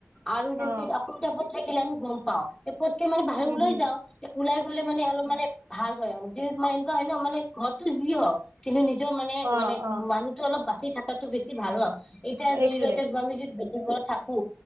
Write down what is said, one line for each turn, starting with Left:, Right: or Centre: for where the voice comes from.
Centre: আৰু যে
Right: অ
Centre: আচলতে আপুনি থাকিলে আমি গম পাওঁত, পৃথকে মানে বাহিৰ
Right: উম
Centre: ওলাই
Right: হম
Centre: যাওঁ। ওলাই গলে মানে অলপ মানে ভাল হয় যি এনেকুৱা হয় ন মানে ঘৰতো যি হওক কিন্তু নিজৰ মানে
Right: অ
Centre: মানে
Right: অ
Centre: মানুহটো অলপ বাচি থকাটো বেছি ভাল ন। এতিয়া ধৰি
Right: এইটোৱে
Centre: লোৱা এতিয়া তোমালোকে যদি ঘৰত থাকো।